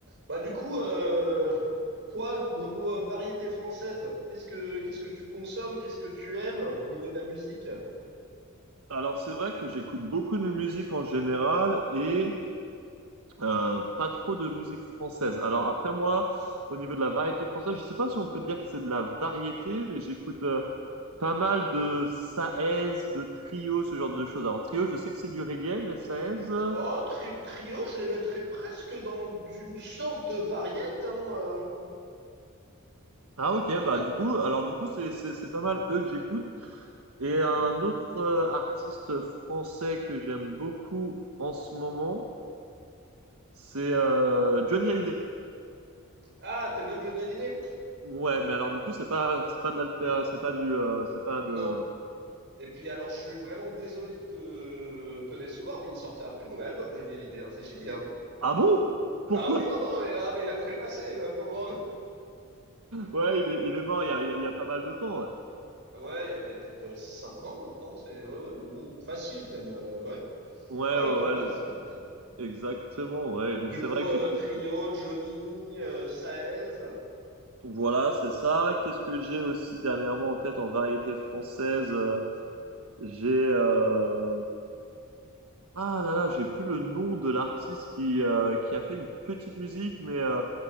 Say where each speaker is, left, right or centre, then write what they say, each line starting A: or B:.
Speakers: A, on the right; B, on the right.
A: Bah du coup, euh, toi, niveau euh, variété française, qu'est-ce que qu'est-ce que tu consommes, qu'est-ce que tu aimes au niveau de la musique?
B: Alors c'est vrai que j'écoute beaucoup de musique en général et euh, pas trop de musique française. Alors après moi, au niveau de la variété française, je sais pas si on peut dire que c'est de la variété, mais j'écoute euh, pas mal de Saez, de Trio, ce genre de choses. Alors Trio, je sais que c'est du reggae, mais Saez, euh,
A: Oh, tri- trio, je les mettrais presque dans une sorte de variété, hein. euh.
B: ah ok, bah
A: Pas...
B: du coup, alors du coup c'est c'est c'est pas mal eux que j'écoute. Et un autre euh, artiste français que j'aime beaucoup en ce moment, c'est euh, Johnny Hallyday.
A: Ah, t'aimes bien Johnny Hallyday?
B: Ouais, mais alors du coup, c'est pas, c'est pas de l'alter, c'est pas du, euh, c'est pas de.
A: Non. Et puis alors, je suis vraiment désolé de te, te décevoir, mais il sortira plus de nouvel album, Johnny Hallyday, hein, c'est fini, hein.
B: Ah bon? Pourquoi?
A: Ah oui, non, non, et- ah, mais il a trépassé, le pauvre homme.
B: Ouais, il est, il est mort il y a, il y a- il y a pas mal de temps. Ouais,
A: Ouais, il y a, il y a peut-être euh, 5 ans maintenant, c'est ouais, ouais, ou facile même, euh, ouais.
B: ouais,
A: Non,
B: ouais,
A: le temps
B: ouais,
A: passe
B: le-
A: vite.
B: exactement. Ouais, Et donc
A: Du
B: c'est
A: coup,
B: vrai que
A: euh,
B: j'écoute.
A: Trio, Johnny, euh, Saez,
B: Voilà, c'est ça. Qu'est-ce que j'ai aussi dernièrement en tête en variété française? euh, J'ai, euh, ah là là, j'ai plus le nom de l'artiste qui, euh, qui a fait une petite musique, mais euh,